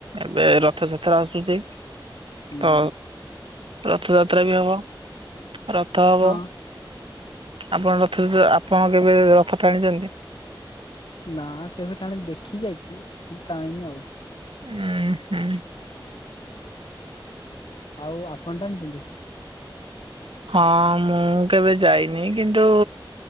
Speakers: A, on the right; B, on the left.
A: ଏବେ ରଥଯାତ୍ରା ଆସୁଛି।
B: ହୁଁ
A: ତ ରଥଯାତ୍ରା ବି ହବ। ରଥ ହବ
B: ହଁ
A: ଆପଣ ରଥ ଆପଣ କେବେ ରଥ ଟାଣିଛନ୍ତି?
B: ନା କେବେ ଟାଣି ଦେଖି ଯାଇଛି ହେଲେ ଟାଣିନି ଆଉ।
A: ଉଁ ହୁଁ।
B: ଆଉ ଆପଣ ଟାଣିଚନ୍ତି?
A: ହଁ ମୁଁ କେବେ ଯାଇନି କିନ୍ତୁ